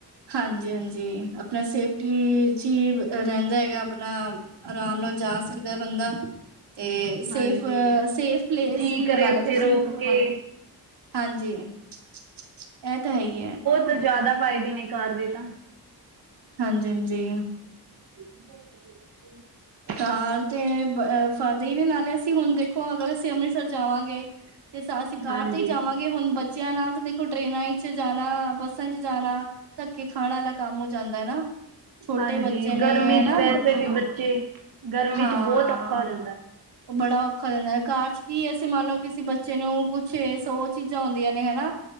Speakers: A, on the right (about 85°); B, on the right (about 60°).
A: ਹਾਂਜੀ, ਹਾਂਜੀ ਆਪਣਾ ਸੇਫ ਟੀ ਚ ਹੀ ਰਹਿੰਦਾ ਹੈਗਾ, ਆਪਣਾ ਆਰਾਮ ਨਾਲ ਜਾ ਸਕਦਾ ਬੰਦਾ। ਤੇ ਸੇਫ
B: ਹਾਂਜੀ
A: ਸੇਫ ਪਲੇਸ
B: ਜੀ
A: ਵੀ ਲਗਾ
B: ਕਰੇ
A: ਲਾ
B: ਉੱਥੇ
A: ਤੁਸੀਂ।
B: ਰੋਕ ਕੇ
A: ਹਾਂਜੀ, ਇਹ ਤਾਂ ਹੈ ਹੀ ਹੈ
B: ਤੋਂ ਜ਼ਿਆਦਾ ਫਾਇਦੇ ਨੇ ਕਾਰ ਦੇ ਤਾਂ
A: ਹਾਂਜੀ-ਹਾਂਜੀ।
B: <unintelligible>
A: ਘ ਤੇ ਫਾਦੇ ਹੀ ਦੇ ਨਾਲੇ ਹੁਣ ਦੇਖੋ ਅਗਰ ਅਸੀਂ ਅੰਮ੍ਰਿਤਸਰ ਜਾਵਾਂਗੇ, ਤੇ ਅਸੀਂ ਕਾਰ
B: ਹਾਂਜੀ
A: ਤੇ ਹੀ ਜਾਵਾਂਗੇ ਹੁਣ ਬੱਚਿਆਂ ਨਾਲ ਤਾਂ ਦੇਖੋ ਟ੍ਰੇਨਾਂ ਚ ਜਾਣਾ ਬੱਸਾਂ ਚ ਜਾਣਾ। ਧੱਕ ਕੇ ਖਾਣ ਵਾਲਾ ਕੰਮ ਹੋ ਜਾਂਦਾ ਹੈ ਨਾ, ਛੋਟੇ
B: ਹਾਂਜੀ
A: ਬੱਚੇ ਨੇ
B: ਗਰਮੀ
A: ਹਨਾ
B: ਚ ਵੈਸੇ ਵੀ ਬੱਚੇ ਗਰਮੀ
A: ਹਾਂ
B: ਚ ਬਹੁਤ ਔਖਾ ਹੋ ਜਾਂਦਾ
A: ਉਹ ਬੜਾ ਔਖਾ ਦਿੰਦਾ ਹੈ ਕਾਰਰ ਚ ਕੀ ਅਸੀਂ ਮੰਨ ਲਓ, ਕਿਸੇ ਬੱਚੇ ਨੂੰ ਕੁਛ ਸੋਚ ਚੀਜ਼ਾਂ ਹੁੰਂਦੀਆਂ ਨੇ ਹਨਾ।